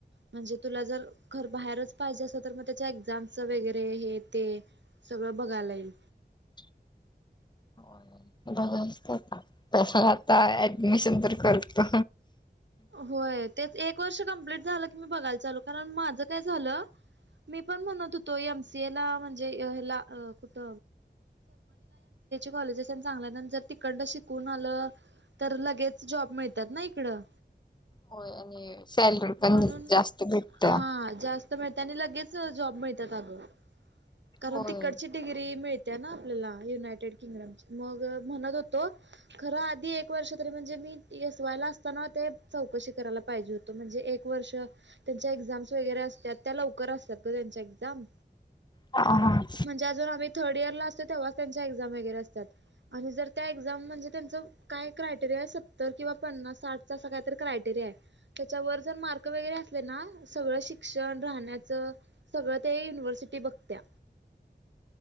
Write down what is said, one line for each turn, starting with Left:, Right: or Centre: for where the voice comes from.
Right: म्हणजे तुला जर बाहेर पाहिजे अस तर मग त्याच्या एक्झाम्स वगैरे हे ते सगळं बघायला येईल.
Left: <inaudible> बघत पण तसं आता ऍडमिशन तर करतो.
Right: होय तेच एक वर्ष कंप्लीट झालं की मी बघायला चालू कारण माझं काय झालं. मी पण म्हणत होतो एमसीए ला म्हणजे मला कुठ. कॉलेजेस आणि चांल्यानंतर. कंड शिकून आलं तर लगेच जॉब मिळतात ना इकडं.
Left: होय आणि सॅलरी पण
Right: म्हणून
Left: जास्त भेटत.
Right: हा जास्त मिळत आणि लगेच जॉब मिळत अग कारण
Left: होय
Right: तिकडची डिग्री मिळते ना. आपला युनायटेड किंग्डम मग. म्हणत होतो खर आधी एक वर्ष तरी म्हणजे मीवायला असताना ते चौकशी करायला. हो म्हणज एक वर्ष त्यांच्या एक्झाम वगैरे असतात त्या लवकर असतात ग त्यांच्या एक्झाम.
Left: ह.
Right: म्हणजे अजून आम्ही थर्ड इयर ला असतो तेव्हा त्यांच्या एक्झाम वगैरे असतात. आणि जर त्या एक्झाम म्हणजे त्यांच काय्रयटेरिया आहे सत्तर किंवा पन्नास साठचं असं काय तर क्रायटेरिया त्याच्या वर मार्क वगैरे असले. ना सगळं शिक्षण राहण्याचं सगळं ते युनिव्हर्सिटी बघत्या.